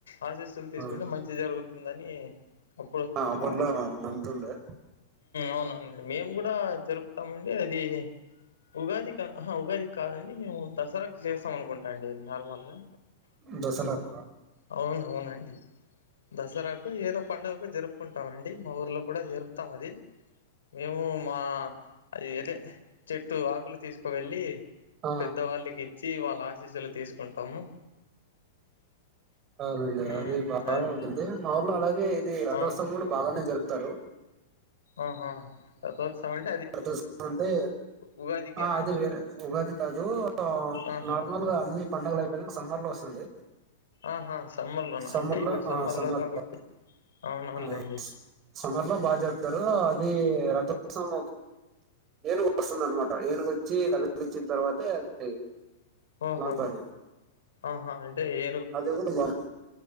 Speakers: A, on the left; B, on the right.
A: ఆశీస్సులు తీసుకుంటే
B: ఆ,
A: మంచి జరుగుతుందని అప్పుడు
B: అప్పట్లో
A: ఆ
B: నమ్ముతుండే
A: అవునా మేము కూడా జరుపుకుంటాము చెస్తామండి అది ఉగాది ఉగాది కాదండి మేము దసరాకు చేస్తాం అనుకుంటా అండి అది నార్మల్గా
B: దసరాక
A: అవును అవునండి దసరాకు ఏదో పండుగకు జరుపుకుంటామండి మా ఊర్లో కూడా జరుపుతాం అది మేము మా అది అదే చెట్టు ఆకులు తీసుకువెళ్ళి
B: ఆ,
A: పెద్ద వాళ్ళకి ఇచ్చ్ ది వాళ్ళ ఆశీస్సులు తీసుకుంటాము
B: అవును అండి
A: ఉమ్
B: అది బాగానే
A: అదే అండి
B: ఉంటుంది మా ఊర్ <inaudible> అంటే ఇది రథోత్సవం
A: అవును
B: కూడా బాగానే జరుప్ తారు
A: ఆహా రథోత్సవం అండ్
B: రథోత్సవం అంటే
A: ఉగాదికేనా
B: ఆ అది
A: అండి
B: వేరే ఉగాది కాదు
A: ఆహా
B: నార్మల్గా అన్ని పండుగలు అయిపోయినంక సమ్మర్ లో వస్తుంది.
A: ఆహా సమ్మర్ లోనా
B: సమ్మర్
A: అంటే ఇప్పుడు
B: లో ఆ సమ్మర్
A: కాబట్టి
B: లో
A: అవునవునులేండి
B: ఆ సమ్మర్ లో బాగా జరుపుతారు అది ఇగ రథోత్సవం ఏనుగు వస్తుంది అన్నమాట ఏనుగు వచ్చి కదిలిచ్చిన తర్వాతే అది
A: ఓహో
B: లాగుతారు
A: ఆహా అంటే ఏ
B: అది కూడా బావుంది